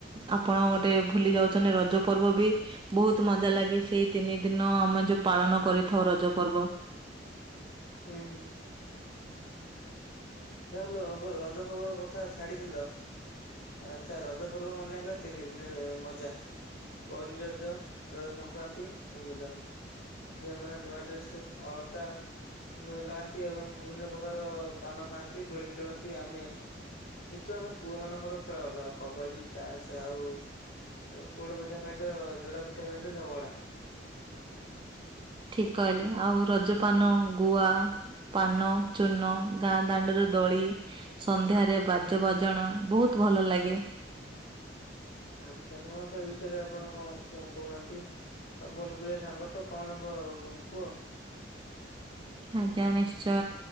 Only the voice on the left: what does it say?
ହୁଁ ହୁଁ ହୁଁ। ଏ ହାଲୋ ରଜ ଖବର କଥା ଛାଡିଥିଲ। ଆଚ୍ଛା ରଜ ପର୍ବ ମାନେ ହେଲା, ତିନି ଦିନି ମଜା। ପହଲିି ରଜ, ରଜ ସଂକ୍ରାନ୍ତି, ଭୂମି ଦହନ। ଝିଅମାନେ ନୂଆ ଡ୍ରେସ ପିନ୍ଧି ଅଳତା ଲାଆନ୍ତି ଏବଂ ବିଭିନ୍ନ ପ୍ରକାର ପାନ ଖାଆନ୍ତି ଦୋଳି ଖେଳନ୍ତି ଆମେ କିନ୍ତୁ ଆମ ପୁଅ ମାନଙ୍କର ଖେଳ ଅଲଗା କବାଡି, ତାସ ଆଉ ଏ ପୋଡପିଠା ପାଇଁ ତ ଯୁଡା ପିଠା ପାଇଁ ତ ଝଗଡା
ଆ ଚା ନୂଆଖାଇ ବିଷୟରେ ଆପଣ କଣ କଣ କୁହନ୍ତି? ବୋଲପୁରଆ ସାଙ୍ଗ ତ କଣ କ କୁହ?